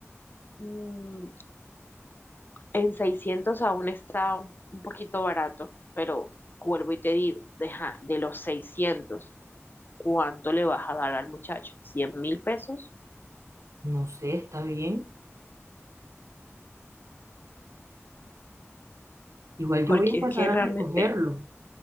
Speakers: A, on the left; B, on the right.
A: mm, En 600 aún está un poquito barato, pero vuelvo y te digo, deja, de los 600, ¿cuánto le vas a dar al muchacho? Cien mil pesos?
B: No sé, está bien. Igual yo
A: Porque
B: voy a pasar
A: es que
B: a
A: realmente,
B: recogerlo.